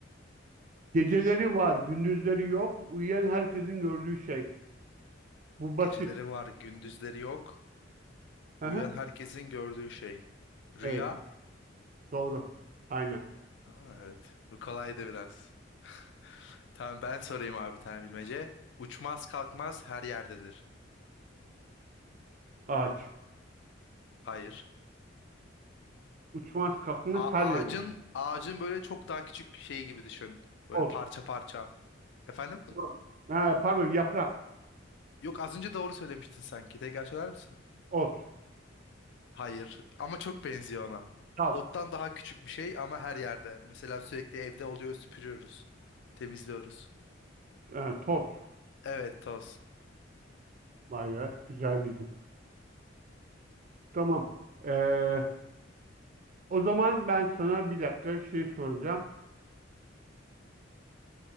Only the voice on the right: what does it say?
Geceleri var, gündüzleri yok. Uyuyan herkesin gördüğü şey. Bu basit.
Aha,
evet doğru. Aynen.
Ağaç.
Uçmaz kalkmaz
her
yerde.
Ot.
Tamam. Ha, pardon yaprak.
Ot.
Dal.
Ha, toz.
Vay be güzel bildim. Tamam. Ee, o zaman ben sana bir dakika şey soracağım.